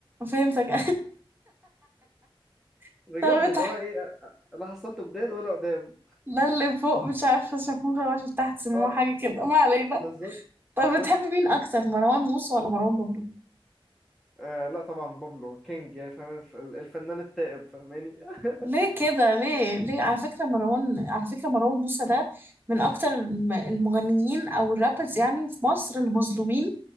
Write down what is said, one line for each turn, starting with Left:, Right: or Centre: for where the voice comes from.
Right: فهمتك <laughs>
Centre: بجد
Right: طب بتح...
Centre: اللي هو ايه لا حصلت جداد ولا قدام
Right: لا اللي فوق مش عارفه شافوها ولا تحت سموها
Centre: اه
Right: حاجه كده ما علينا
Centre: بالظبط
Right: طب
Centre: بالظبط
Right: بتحب مين اكتر مروان موسى ولا مروان بابلو
Centre: آه لا طبعا بابلو كينج يعني فاهم الف- الفنان التائب فاهماني <laughs>
Right: ليه كده ليه ليه على فكرة مروان على فكرة مروان موسى ده من أكتر الم- المغنيين أو الرابرز يعني في مصر المظلومين